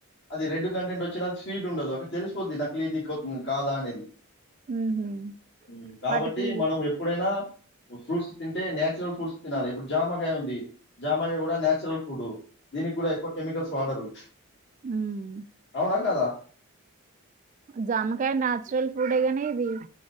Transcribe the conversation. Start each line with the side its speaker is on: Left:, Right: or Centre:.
Left: అది రెడ్ కంటెంట్ వచ్చిన అది స్వీట్ ఉండదు. అక్కడ తెలిసిపోద్ది నా క్లీదికో కాదా అనేది
Right: ఉహు
Left: ఉహ్మ్ కాబట్టి
Right: వాటికి
Left: మనం ఎప్పుడైనా ఓ ఫ్రూట్స్ తింటే నాచ్ రల్ ఫుడ్స్ తినాలి ఇప్పుడు జామకాయ ఉంది. జామాకాయ కూడా నాచురల్ ఫుడ్ దీనికి కూడా ఎక్కువ కెమికల్స్ వాడరు.
Right: ఉమ్
Left: అవునా కాద
Right: జామకాయ నాన్చురల్ ఫ్రూడ్ కాని ఇది.